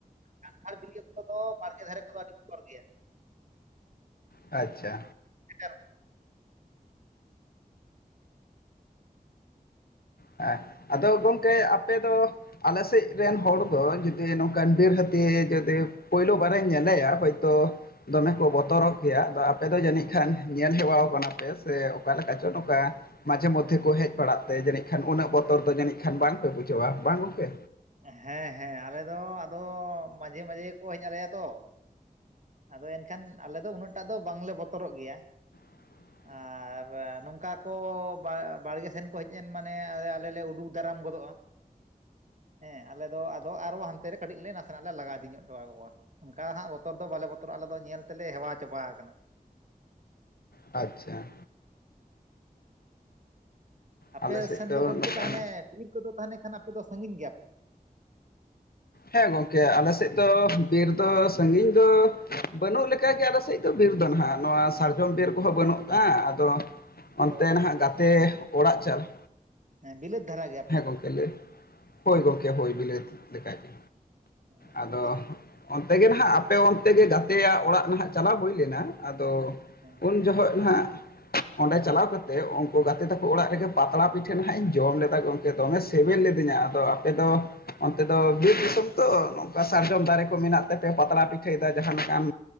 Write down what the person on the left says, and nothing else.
ᱟᱪᱪᱷᱟ᱾
ᱦᱮᱸ ᱟᱫᱚ ᱜᱚᱢᱠᱮ ᱟᱯᱮ ᱫᱚ ᱟᱞᱮ ᱥᱮᱫ ᱨᱮᱱ ᱦᱚᱲ ᱫᱚ ᱡᱩᱫᱤ ᱱᱚᱝᱠᱟᱱ ᱵᱤᱨ ᱦᱟᱹᱛᱤ ᱡᱩᱫᱤ ᱯᱳᱭᱞᱳ ᱵᱟᱨᱮ ᱧᱮᱞᱮᱭᱟ ᱦᱚᱳᱭᱛᱳ ᱫᱚᱢᱮ ᱠᱚ ᱵᱚᱛᱚᱨᱚᱜ ᱜᱮᱭᱟ ᱟᱫᱚ ᱟᱯᱮ ᱫᱚ ᱡᱟᱹᱱᱤᱡ ᱠᱷᱟᱱ ᱧᱮᱞ ᱦᱮᱣᱟ ᱟᱠᱟᱱ ᱟᱯᱮ ᱥᱮ ᱚᱠᱟ ᱞᱮᱠᱟ ᱪᱚ ᱱᱚᱝᱠᱟ ᱢᱟᱡᱷᱮ ᱢᱚᱫᱽᱫᱷᱮ ᱠᱚ ᱦᱮᱡ ᱵᱟᱲᱟᱜ ᱛᱮ ᱡᱟᱹᱱᱤᱡ ᱠᱷᱟᱱ ᱩᱱᱟᱹᱜ ᱵᱚᱛᱚᱨ ᱫᱚ ᱡᱟᱹᱱᱤᱡ ᱠᱷᱟᱱ ᱵᱟᱝᱯᱮ ᱵᱩᱡᱷᱟᱹᱣᱟ ᱵᱟᱝ ᱜᱚᱝᱠᱮ
<unintelligible>
ᱟᱪᱪᱷᱟ᱾
ᱟᱞᱮ ᱥᱮᱫ
ᱱᱚᱝᱠᱟᱱ
ᱦᱮᱸ ᱜᱚᱝᱠᱮ ᱟᱞᱮᱥᱮᱫ ᱫᱚ ᱵᱤᱨ ᱫᱚ ᱥᱟᱺᱜᱤᱧ ᱫᱚ ᱵᱟᱹᱱᱩᱜ ᱞᱮᱠᱟ ᱜᱮ ᱟᱞᱮᱥᱮᱫ ᱵᱤᱨ ᱫᱚ ᱱᱷᱟᱜ ᱱᱚᱣᱟ ᱥᱟᱨᱡᱚᱢ ᱵᱤᱨ ᱠᱚᱦᱚᱸ ᱵᱟᱹᱱᱩᱜ-ᱟ ᱟᱫᱚ
ᱚᱱᱛᱮ ᱱᱷᱟᱜ ᱜᱟᱛᱮ ᱚᱲᱟᱜ ᱪᱟᱞᱟᱜ
ᱦᱮᱸ ᱜᱚᱢᱠᱮ ᱞᱟᱹᱭ ᱦᱳᱭ ᱜᱚᱢᱠᱮ ᱦᱳᱭ ᱵᱤᱞᱟᱹᱛ ᱞᱮᱠᱟ ᱜᱮ
ᱟᱫᱚᱼᱼ ᱚᱱᱛᱮ ᱜᱮ ᱱᱟᱦᱱᱟᱜ ᱟᱯᱮ ᱚᱱᱛᱮ ᱜᱮ ᱜᱟᱛᱮ ᱭᱟᱜ ᱚᱲᱟᱜ ᱱᱟᱦᱟᱜ ᱪᱟᱞᱟᱣ ᱦᱩᱭ ᱞᱮᱱᱟ ᱟᱫᱚᱼᱼ
ᱩᱱ ᱡᱷᱚᱜ ᱱᱷᱟᱸᱜ ᱚᱸᱰᱮ ᱪᱟᱞᱟᱣ ᱠᱟᱛᱮᱜ ᱩᱱᱠᱩ ᱜᱟᱛᱮ ᱛᱟᱠᱚ ᱚᱲᱟᱜ ᱨᱮᱜᱮ ᱯᱟᱛᱲᱟ ᱯᱤᱴᱷᱟᱹ ᱱᱷᱟᱜ ᱤᱧ ᱡᱚᱢ ᱞᱮᱫᱟᱠ ᱫᱚᱢᱮ ᱥᱤᱵᱤᱞ ᱞᱤᱫᱤᱧᱟ ᱟᱫᱚ ᱟᱯᱮ ᱫᱚ ᱚᱱᱛᱮ ᱫᱚ ᱵᱤᱨ ᱫᱤᱥᱚᱢ ᱛᱚ ᱱᱚᱝᱠᱟ ᱥᱟᱨᱡᱚᱢ ᱫᱟᱨᱮ ᱠᱚ ᱢᱮᱱᱟᱜ ᱛᱮᱯᱮ ᱯᱟᱛᱲᱟ ᱯᱤᱴᱷᱟᱹᱭᱮᱫᱟ ᱡᱟᱦᱟᱸ ᱞᱮᱠᱟᱱ